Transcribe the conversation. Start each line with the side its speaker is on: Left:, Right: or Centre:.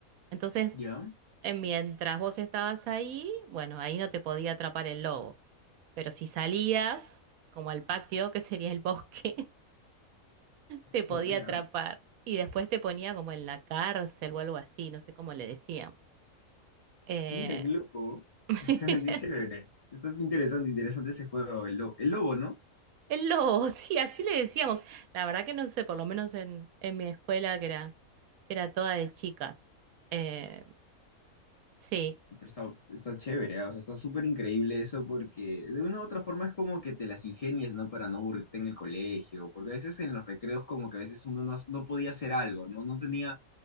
Right: Entonces,
Left: ¿Ya?
Right: eh, mientras vos estabas ahí, bueno, ahí no te podía atrapar el lobo, pero si salías, como al patio, que sería el bosque te podía
Left: Qué buena.
Right: atrapar y después te ponía como en la cárcel o algo así, no sé cómo le decíamos. Eh,
Left: Mira, qué loco.
Right: <laughs>
Left: <laughs> Qué chévere. Está interesante, interesante ese juego, el lobo. El lobo, ¿no?
Right: El lobo, sí, así le decíamos. La verdad que no sé, por lo menos en, en mi escuela que era, que era toda de chicas. Eh, sí.
Left: Pero está, está chévere, ¿ah? O sea, está súper increíble eso porque de una u otra forma es como que te las ingenias, ¿no? Para no aburrirte en el colegio, porque a veces en los recreos como que a veces uno no, no podía hacer algo, ¿no? No tenía